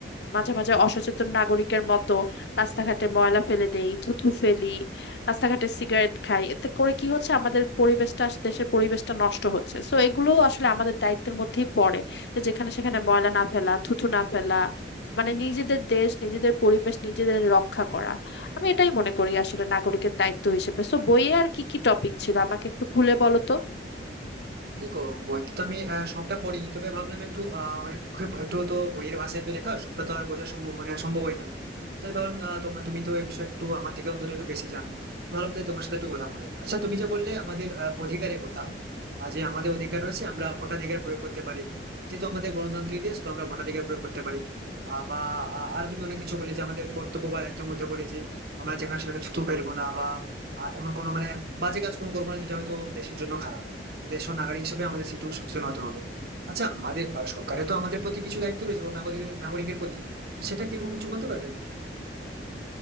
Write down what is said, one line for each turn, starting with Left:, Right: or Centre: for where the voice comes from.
Left: মাঝে মাঝে অসচেতন নাগরিকের মতো রাস্তাঘাটে ময়লা ফেলে দেই থুতু ফেলি রাস্তাঘাটে সিগারেট খাই এতে করে কি হচ্ছে আমাদের পরিবেশটা দেশের পরিবেশটা নষ্ট হচ্ছে সো এগুলো আসলে আমাদের দায়িত্বের মধ্যেই পড়ে যে যেখানে সেখানে ময়লা না ফেলা থুতু না ফেলা মানে নিজেদের দেশ নিজেদের পরিবেশ নিজেদের রক্ষা করা আমি এটাই মনে করি আসলে নাগরিকের দায়িত্ব হিসেবে সো বইয়ে আর কি কি টপিক ছিল আমাকে একটু খুলে বলো তো
Right: দেখো বই তো আমি আহ, সবটা পড়িনি তবে ভাবলাম একটু আহ, মানে খুব একটু তো বইয়ের ভাষায় তো লেখা সবটা তো আর বোঝা সম্ভব মানে সম্ভব হয় না তাই ভাবলাম আহ, তোমার তুমি তো এই বিষয়ে একটু আমার থেকে অন্তত একটু বেশি জানো তো ভাবলাম তাই তোমার সাথে একটু কথা বলে আচ্ছা তুমি যে বললে আমাদের আহ, অধিকারের কথা আহ, যে আমাদের অধিকার রয়েছে আমরা ভোটাধিকার প্রয়োগ করতে পারি যেহেতু আমাদের গণতান্ত্রিক দেশ তো আমরা ভোটাধিকার প্রয়োগ করতে পারি আহ, বা আহ, আর তুমি অনেক কিছু বললে যে আমাদের কর্তব্য বা দায়িত্বের মধ্যে পড়ে যে আমরা যেখানে সেখানে থুতু ফেলবো না বা আহ, এমন কোনো মানে বাজে কাজ কোনো করবো না যেটা হয়তো দেশের জন্য খারাপ তো দেশের নাগরিক হিসেবে আমাদের সেটুকু সচেতন হতে হবে আচ্ছা আমাদের আহ, সরকারের তো আমাদের প্রতি কিছু দায়িত্ব রয়েছে ও নাগরিকের নাগরিকের প্রতি তো সেটা কিরকম কিছু বলতে পারবেন